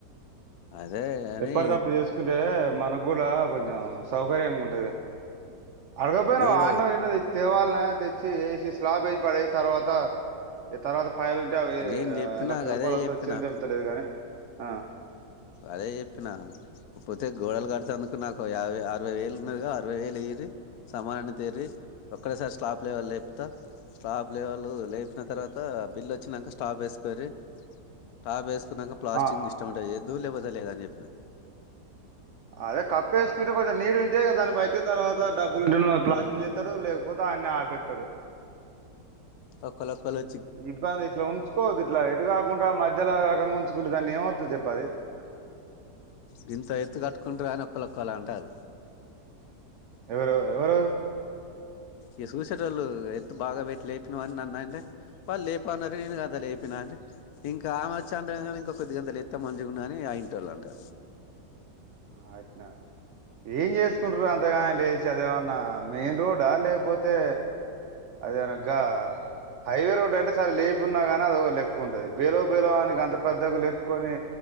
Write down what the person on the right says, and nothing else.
ఎప్పటిది అప్పుడు చేసుకుంటే మన కూడా కొంచెం సౌకర్యంగా ఉంటది గా అడగక పోయినవా
ఆన్నం <inaudible> తవాల్ నా తెచ్చి ఏసి స్లాబ్ ఏసి పడే తర్వాత తర్వాత పయలు ఉంటే అవి
లక్ష
రూపాయలు వత్తే
వచ్చిండే లేపోతే లేదు గాని ఆ
ఆ
అదే కప్పు వేసుకుంటే కొంచెం నీడు ఉంటే దాన్ని బయట తర్వాత డబ్బులుంటే నో ప్లాస్టింగ్ చేస్తాడు లేకపోతే ఆడనే ఆపేత్తడు
ఇబ్బాం గిట్లా ఉంచుకోవద్దు ఇట్లా ఎటు కాకుండా మధ్యలో రకంగా ఉంచుకుంటే దాన్ని ఏమ టు చెప్పది
ఎవరు ఎవరెవరు
ఆశఅట్నా ఏం చేసుకుంటారు అంతగాని లేచి అదేమన్నా మెయిన్ రోడ్ ఆ లేకపోతే అది అనగ్గా హైవే రోడ్ అంటే సరే లేపున్నా కాని అది ఒక లెక్క ఉంటుది బేలో బేలోఆనికి అంత పెద్దగా లేపుకొని